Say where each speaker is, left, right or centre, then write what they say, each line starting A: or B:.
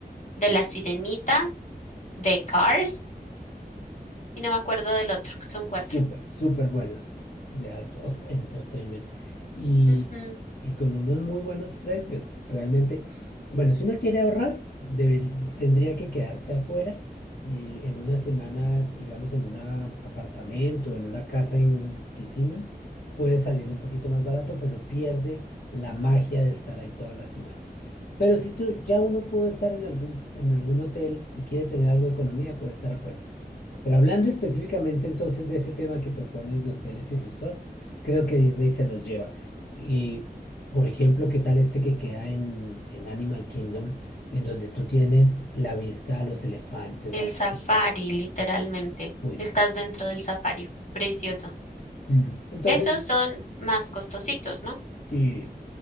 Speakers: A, on the left; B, on the left.
A: de La Sirenita, de Cars, y no me acuerdo del otro, que son cuatro.
B: Súper, súper buenos de Art of Entertainment y,
A: Ujú.
B: y con unos muy buenos precios. Realmente, bueno, si uno quiere ahorrar, deberi- tendría que quedarse afuera eh, en una semana, digamos, en un apartamento, en una casa en Kissimmee. Puede salir un poquito más barato, pero pierde la magia de estar ahí toda la semana. Pero si tú ya uno puede estar en algún, en algún hotel y quiere tener algo de economía, puede estar afuera. Pero hablando específicamente entonces de ese tema que propones de hoteles y resorts, creo que Disney se los lleva. Y, por ejemplo, ¿qué tal este que queda en, en Animal Kingdom, en donde tú tienes la vista a los elefantes,
A: El
B: a la
A: safari,
B: jirafas?
A: literalmente.
B: Uy,
A: Estás
B: sí.
A: dentro del safari. Precioso.
B: Mm. Entonces,
A: Esos son más costositos, ¿no?
B: sí,